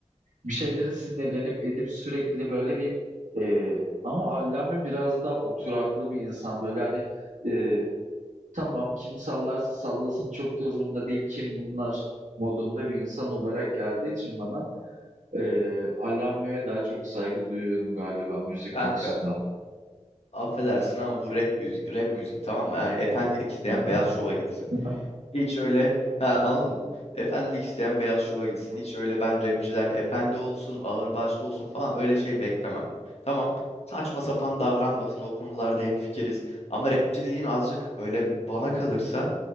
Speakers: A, on the right (about 85°); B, on the left (about 55°).
A: Bir şeylere sinirlenip edip sürekli böyle bir, eee, ama Allame biraz daha oturaklı bir insan. Böyle, hani, eee, tamam kim sallarsa sallasın çok da umurumda değil, kim bunlar modunda bir insan olarak geldiği için bana, eee, Allame'ye daha çok saygı duyuyorum galiba müzik
B: Kanka
A: konusunda.
B: affedersin ama bu rap müzik, rap müzik tamam mı? Yani efendilik isteyen
A: Hı hı.
B: beyaz şova gitsin.
A: Hı hı.
B: Hiç öyle ha, anladın mı? Efendilik isteyen beyaz şova gitsin. Hiç öyle ben rapçiden efendi olsun, ağırbaşlı olsun falan öyle şey beklemem. Tamam. Saçma sapan davranmasın o konularda hemfikiriz. Ama rapçi dediğin azıcık böyle bana kalırsa